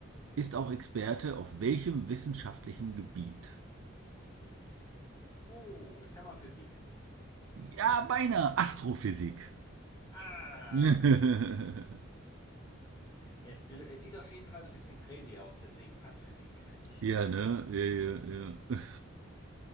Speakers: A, on the right; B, on the left.
A: ist auch Experte auf welchem wissenschaftlichen Gebiet?
B: Oh, ich sag mal Physik.
A: Ja, beinahe Astrophysik.
B: Ah,
A: <laughs>
B: okay. Er, er sieht auf jeden Fall so ein bisschen crazy aus, deswegen passt Physik, finde ich.
A: Ja, ne? Ja, ja, ja.